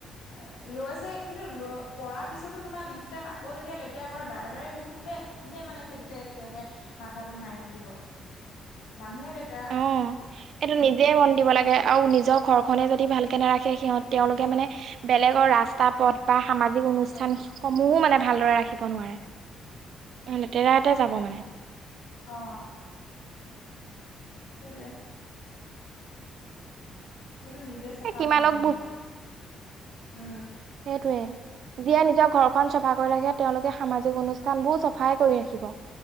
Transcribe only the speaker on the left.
আ লৈছে কিন্তু ল কৰা পিছতো তোমাৰ নেক্সট টাইম আকৌ যেতিয়া লেতেৰা কৰে বাৰে বাৰে সেইটো কোনে - কোনে মানে সেইটোতে একেবাৰে মাথাটো মাৰি থাকিব মানুহে লেতেৰা।
অ
অ'। সেইটোৱে। সেইটো নিজে চাফা
হ'ব লাগিব উ।